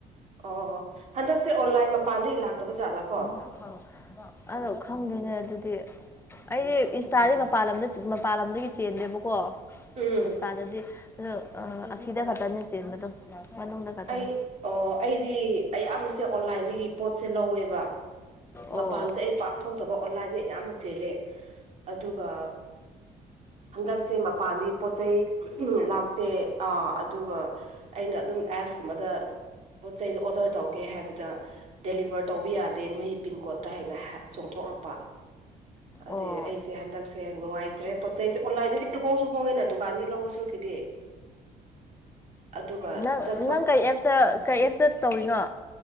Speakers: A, on the right; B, on the left.
A: ꯑꯣ ꯍꯟꯗꯛꯁꯦ ꯑꯣꯟꯂꯥꯏꯟ ꯃꯄꯥꯟꯗꯒꯤ ꯂꯥꯛꯇꯕ ꯖꯥꯠꯂꯥ ꯀꯣ
B: <inaudible> ꯑꯗꯣ ꯈꯪꯗꯦꯅꯦ ꯑꯗꯨꯗꯤ ꯑꯩꯗꯤ ꯏꯟꯁꯇꯥꯗꯤ ꯃꯄꯥꯟ ꯂꯝꯗ ꯃꯄꯥꯟ ꯂꯝꯗꯒꯤ ꯆꯦꯟꯗꯦꯕꯀꯣ
A: ꯎꯝ
B: ꯏꯟꯁꯇꯥꯗꯗꯤ ꯑꯗꯣ ꯑꯁꯤꯗ ꯈꯛꯇꯅꯤ ꯆꯦꯟꯕꯗꯣ ꯃꯅꯨꯡꯗ ꯈꯛꯇꯅꯦ
A: ꯑꯩ ꯑꯣ ꯑꯩꯗꯤ ꯑꯌꯥꯝꯕꯁꯦ ꯑꯣꯟꯂꯥꯏꯟꯗꯒꯤ ꯄꯣꯠꯁꯦ ꯂꯧꯋꯦꯕ
B: ꯑꯣ
A: ꯃꯄꯥꯟꯖꯦ ꯑꯩ ꯄꯥꯛꯊ ꯊꯣꯛꯇꯕ ꯑꯣꯟꯂꯥꯏꯟ ꯑꯌꯥꯝꯕ ꯆꯦꯜꯂꯦ ꯑꯗꯨꯒ ꯍꯟꯗꯛꯁꯦ ꯃꯄꯥꯟꯗꯒꯤ ꯄꯣꯠ ꯆꯩꯩ ꯂꯥꯛ ꯇꯦ ꯑꯥ ꯑꯗꯨꯒ ꯑꯩꯅ ꯑꯗꯨꯝ ꯑꯦꯞꯁꯀꯨꯝꯕꯗ ꯄꯣꯠ ꯆꯩꯗꯣ ꯑꯣꯔꯗꯔ ꯇꯧꯒꯦ ꯍꯥꯏꯕꯗ ꯗꯦꯂꯤꯕꯔ ꯇꯧꯕ ꯌꯥꯗꯦ ꯅꯣꯏꯒꯤ ꯄꯤꯟꯀꯣꯗ ꯇꯥ ꯍꯥꯏꯅ ꯆꯣꯡꯊꯣꯔꯛꯄ ꯑꯗꯨꯏ
B: ꯑꯣ
A: ꯑꯩꯁꯦ ꯍꯟꯗꯛꯁꯦ ꯅꯨꯡꯉꯥꯏꯇ꯭ꯔꯦ ꯄꯣꯠ ꯆꯩꯁꯦ ꯑꯣꯟꯂꯥꯏꯟꯗ ꯍꯣꯡꯁꯨ ꯍꯣꯡꯉꯦꯅ ꯗꯨꯀꯥꯟꯗꯤ ꯂꯧꯕꯁꯨꯈꯤꯗꯤ ꯑꯗꯨꯒ
B: ꯅꯪ
A: ꯆꯠ
B: ꯅꯪ ꯀꯩ ꯑꯦꯞꯇ ꯀꯩ ꯑꯦꯞꯇ ꯇꯧꯔꯤꯅꯣ